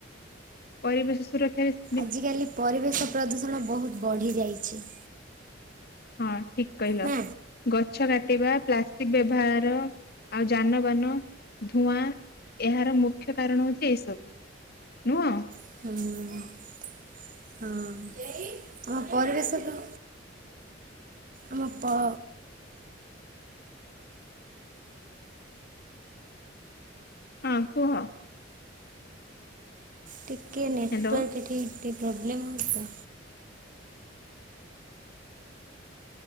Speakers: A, on the left; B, on the right.
A: ପରିବେଶ ସୁରକ୍ଷା ବିଷ
B: ଆଜିକାଲି ପରିବେଶ ପ୍ରଦୂଷଣ ବହୁତ ବଢ଼ିଯାଇଛି।
A: ହଁ ଠିକ କହିଲ,
B: ନା।
A: ଗଛ କାଟିବା, ପ୍ଲାଷ୍ଟିକ୍ ବ୍ୟବହାର। ଆଉ ଯାନବାହାନ ଧୂଆଁ ଏହାର ମୁଖ୍ୟ କାରଣ ହଉଛି ଏଇସବୁ। ନୁହଁ?
B: ହଁ। ହଁ। ଆମ ପରିବେଶକୁ, ଆମ ପ
A: ହଁ କୁହ।
B: ଟିକେ ନେଟୱାର୍କ
A: ହ୍ୟାଲୋ
B: ଏଠି ଟିକେ ପ୍ରୋବ୍ଲେମ୍ ହଉଛି ତ।